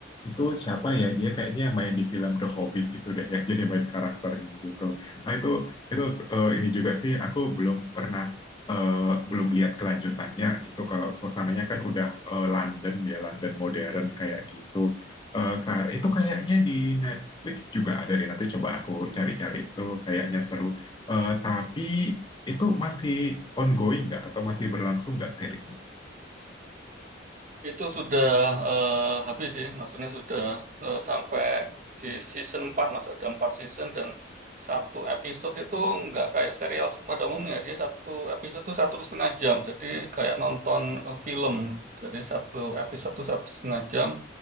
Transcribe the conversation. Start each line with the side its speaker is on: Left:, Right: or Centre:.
Left: itu siapa ya? Dia kayaknya yang main di film The Hobbit itu deh yang <laughs> jadi main karakternya gitu. Nah itu itu eh, ini juga sih aku belum pernah eh, belum lihat kelanjutannya gitu. Kalau suasananya kan udah eh, London ya London modern kayak gitu. Eh, ka- itu kayaknya di Netflix juga ada deh. Nanti coba aku cari-cari itu kayaknya seru. Eh, tapi itu masih ongoing nggak atau masih berlangsung nggak seriesnya?
Right: Itu sudah eh, habis sih, maksudnya sudah eh, sampai di season 4, maksud ada 4 season dan satu episode itu nggak kayak serial pada umumnya, dia satu episode itu satu setengah jam, jadi kayak nonton eh, film, jadi satu episode itu satu setengah jam,